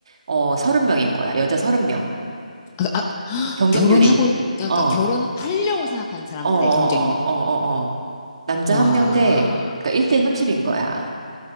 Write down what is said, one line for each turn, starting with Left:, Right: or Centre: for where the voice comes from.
Right: 어, 서른 명인 거야. 여자 서른 명.
Left: 아, <gasps>
Right: 경쟁률이.
Left: 결혼하고, 싶- 그러니까
Right: 어, 어,
Left: 결혼하려고 생각하는 사람들의
Right: 어, 어,
Left: 경쟁률.
Right: 어, 어, 어. 남자
Left: 와.
Right: 한 명 대, 그러니까 1대 30인 거야.